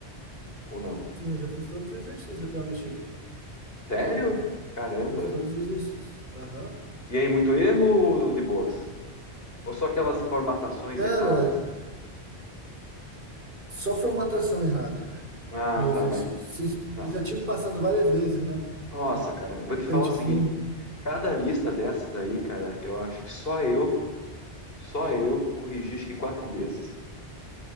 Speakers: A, on the left; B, on the right.
A: Ou não?
B: Sim, eu já fiz todos os exercícios até onde eu cheguei.
A: Sério? Caramba!
B: Fiz todos os exercícios. Aham.
A: E aí, muito erro ou de boas? Ou só aquelas formatações
B: Cara,
A: erradas?
B: só formatação errada, cara,
A: Ah,
B: no exercício.
A: tá, mas
B: Vocês
A: tá.
B: já tinham passado várias vezes, né?
A: Nossa,
B: A re-
A: cara, eu vou
B: O
A: te
B: pente
A: falar o seguinte:
B: fino.
A: cada lista dessas aí, cara, eu acho que só eu, só eu corrigi acho que quatro vezes.